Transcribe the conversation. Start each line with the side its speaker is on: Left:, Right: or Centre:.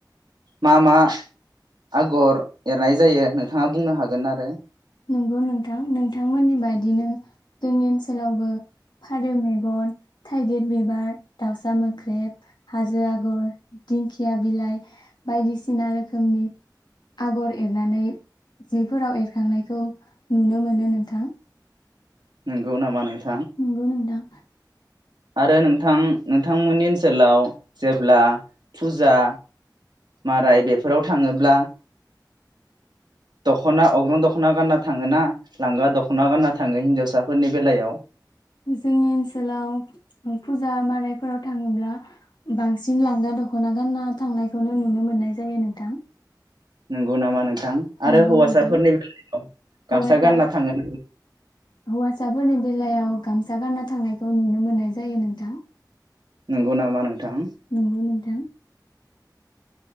Right: मा मा आगर एरनाय जायो नोंथाङा बुंनो हागोन आरो
Left: नंगौ नोंथां नोंथांमोननि बायदिनो जोंनि ओनसोलावबो फारौ मेगन थाइगिर बिबार दाउसा मोख्रेब हाजो आगर दिंखिया बिलाइ बायदिसिना रोखोमनि आगर एरनानै जिफोराव एरखांनायखौ खौ नुनो मोनो नोंथां
Right: नंगौ नामा नोंथां
Left: नंगौ नोंथां
Right: आरो नों नोंथां नोंथांमोननि ओनसोलाव जेब्ला फुजा माराय बेफोराव थाङोब्ला दख'ना अग्रं दख'ना गानना थाङोना लांगा दख'ना गानना थाङो हिनजावसाफोरनि बेलायाव
Left: जोंनि ओनसोलाव फुजा मारायफोराव थाङोब्ला बांसिन लांगा दख'ना गानना थांनायखौनो नुनो मोननाय जायो नोंथां
Right: नंगौ नामा नोंथां थां
Left: नंगौ
Right: आरो हौवासाफोरनि
Left: नोंथां
Right: बेलायाव
Left: हौवासा
Right: गामसा गानना थाङो
Left: हौवासाफोरनि बेलायाव गामसा गानना थांनायखौ नुनो मोननाय जायो नोंथां
Right: नोंगौ नामा नोंथां
Left: नंगौ नोंथां